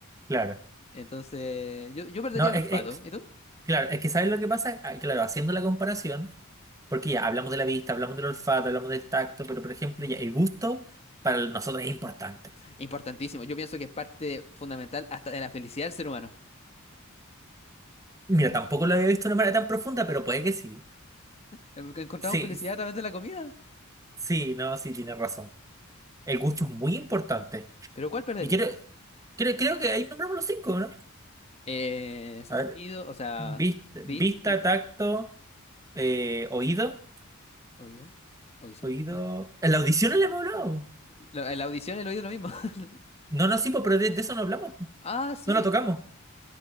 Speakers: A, on the right (about 15°); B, on the left (about 30°).
A: claro.
B: entonces yo, yo perdería
A: No,
B: el
A: es,
B: olfato.
A: es-
B: ¿Y tú?
A: claro, es que ¿sabes lo que pasa? Ah, Claro, haciendo la comparación, porque ya hablamos de la vista, hablamos del olfato, hablamos del tacto, pero por ejemplo, ya el gusto para nosotros es importante.
B: Importantísimo. Yo pienso que es parte fundamental hasta de la felicidad del ser humano.
A: Mira, tampoco lo había visto de una manera tan profunda, pero puede que sí.
B: Porque Encontramos
A: Sí,
B: felicidad a través de la comida.
A: sí, no, sí, tienes razón. El gusto es muy importante.
B: Pero ¿cuál perderías
A: Y creo,
B: tú?
A: creo, creo que ahí nombramos los cinco, ¿no?
B: Eh, sentido,
A: A ver,
B: o sea,
A: vis- vista,
B: vista,
A: tacto, eh, oído,
B: oído, audición.
A: oído. En la audición no le hemos hablado.
B: La, la audición y el oído es lo mismo. <laughs>
A: No, no, sí, po, pero de, de eso no hablamos, po.
B: Ah, sí.
A: no lo tocamos.